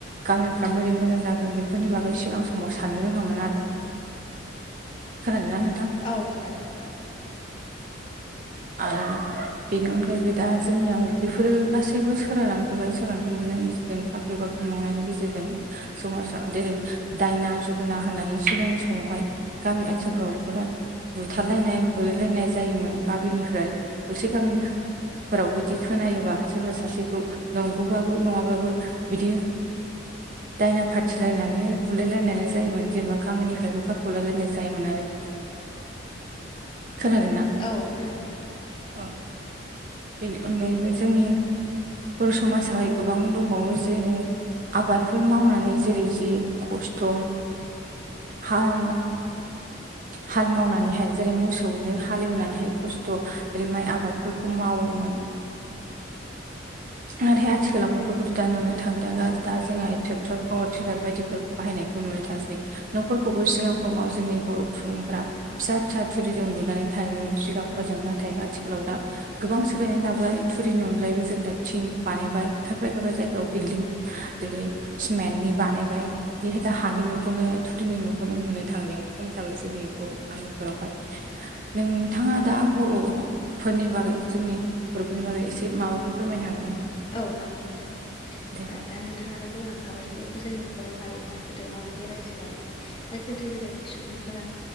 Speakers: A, on the right; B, on the left.
A: गामिफ्रा बोरै मोजां जागोन बे बेफोरनि बागै सिगां समाव साननो रोङामोन आरो खोनादों ना नोंथां
B: औ खोनादों
A: आरो बेनि अनगायैबो दा जोंनियाव बेफोरो गासैबो सोलायलांजोबाय सोलोंथाइ मोननायनि गेजेरजों साख्रि बाख्रि मावनायनि गेजेरजों समाजाव जेरै दायना जुगोना होननानै सिगांनि समावहाय गामि ओनसोलफ्राव नो बुथारलायनाय बुलायलायनाय जायोमोन गामिनिफ्राय दरसे गामिनिफ्राय फोराव बिदि खोनायोबा सोरबा सासेखौ नंगौबाबो नङाब्लाबो बिदि दायना फाथिलायनानै बुलायलायनाय जायोमोन जेनेबा गामिनिफ्राय होखारखलायलायनाय जायोमोन आरो आरो
B: <unintelligible>
A: खोनादोंना
B: औ खोनादों नोंथां
A: औ बेनि अनगायैबो जोंनि बर' समाजावहाय गोबां दंबावो जेरै आबादफोर मावनानै जेरै जि खस्थ' हाल हाल मावनानैहाय जेरै मोसौनो हालेवनानैहाय खस्थ' जेरै माइ आबादफोरखौ मावो मोन नाथाय आथिखालाव बेफोरखौथ' दा नुनो थांनाया दा जोंहाय ट्रेक्टर पावार टिलार बायदिफोरखौ बाहायनाय खौ नुनो थांसै न'फोरखौबो सिगां समाव जोंनि बर' सुबुंफ्रा फिसा फिसा थुरिजों लुनानै थायोमोन जिगाबफोरजों
B: औ
A: नाथाय आथिखालाव दा गोबां सोलायनाय लााबाय थुरिनि अनगायैबो जों दा थिंनि बानायबाय खायफा खायफा जायगायाव बिलडिं जेरै सिमेन्टनि बानायबाय बिदि दा हानि न'खौनो थुरिनि न'खौनो लुनो थांनाया खम जाबाय जोंनि बर' गामिफोरावहाय नोंथाङा दा बर'फोरनि बागै जोंनि बर'फोरनि बागै एसे माबाफोरखौ फोरमाय हागोन
B: औ हागोन नोंथां
A: दे
B: दा नोंथाङानो बुंलांखाबाय जे जोंनि बर' हारियावहाय गोदो माबायदि रायजो जायोमोन दा गोदो गोदायनि सुबुंफोरा